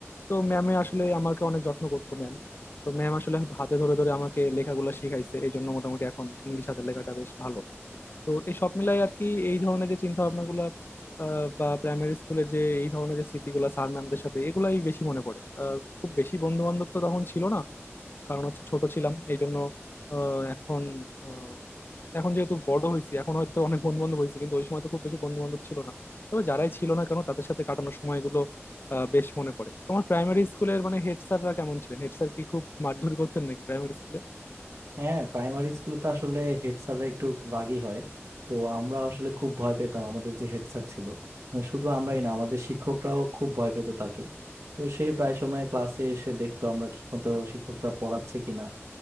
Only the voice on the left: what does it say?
তো ম্যামে আসলে আমাকে অনেক যত্ন করতো ম্যাম তো ম্যাম আসলে হাতে ধরে ধরে আমাকে লেখাগুলো শিখাইছে এই জন্য মোটামুটি এখন ইংলিশ হাতের লেখাটা বেশ ভালো তো এই সব মিলাই আর কি এই ধরনের যে চিন্তা ভাবনাগুলো বা প্রাইমারি স্কুলের যে এই ধরনের যে স্মৃতিগুলো স্যার ম্যামদের সাথে এগুলাই বেশি মনে পড়ে আহ, খুব বেশি বন্ধু বান্ধব তো তখন ছিল না কারণ হচ্ছে ছোট ছিলাম এই জন্য আহ, এখন আহ, এখন যেহেতু বড় হয়েছি এখন হয়তো অনেক বন্ধু বান্ধব হয়েছে কিন্তু ওই সময় তো খুব বেশি বন্ধু বান্ধব ছিল না তবে যারাই ছিল না কেন তাদের সাথে কাটানোর সময়গুলো আহ, বেশ মনে পড়ে তোমার প্রাইমারি স্কুলের মানে হেড স্যাররা কেমন ছিলেন হেড স্যার কি খুব মারধর করতেন নাকি প্রাইমারি স্কুলে